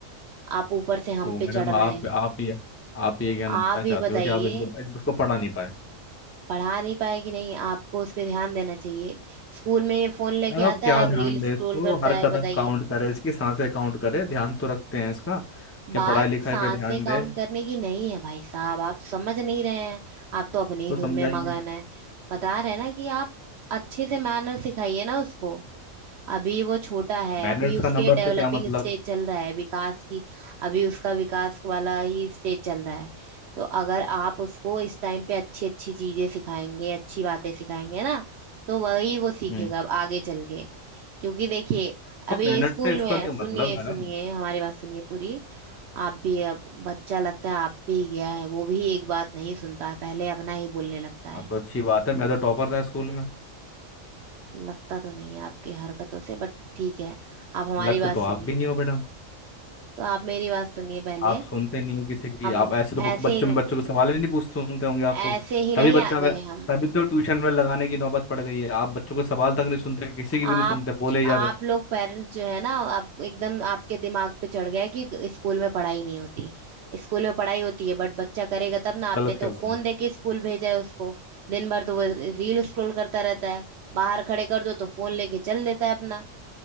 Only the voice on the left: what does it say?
तो
मैडम
आप
आप ये आप ये कहना
चाहते
हो कि आप इनको इसको पढ़ा नहीं पाए
मैडम
आप क्या
ध्यान
दें
इसको
हर
कदम
काउंट करे इसकी सांसें काउंट करे ध्यान तो रखते हैं इसका कि
पढ़ाई लिखाई
पे ध्यान
दे
तो
समझाइए
मैनर्स
का नंबर
से क्या मतलब
हम्म
तो
मैनर्स
से इसका
क्या
मतलब मैडम
हाँ तो अच्छी बात है मैं तो टॉपर था स्कूल में
लगते
तो
आप भी नहीं हो मैडम
आप सुनते नहीं हो किसी की
आप ऐसे तो बक-
बच्चों
में बच्चों के सवाल ही नहीं पूछ सुनते होंगे आप
तो
तभी
बच्चा
वे-
तभी तो ट्यूशन में लगाने की नौबत पड़ गई है आप बच्चों के सवाल तक नहीं सुनते किसी की
भी नहीं सुनते बोले ही जा
रहे हो
गलत
क्या बोला